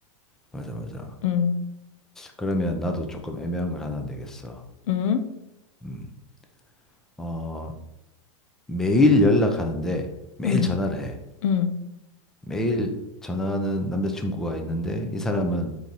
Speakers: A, in the centre; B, on the left.
A: 맞아, 맞아.
B: 음,
A: 그러면 나도 조금 애매한 걸 하나 내겠어.
B: 음,
A: 음. 어, 매일 연락하는데 매일
B: 음,
A: 전화를 해.
B: 음.
A: 매일 전화하는 남자친구가 있는데 이 사람은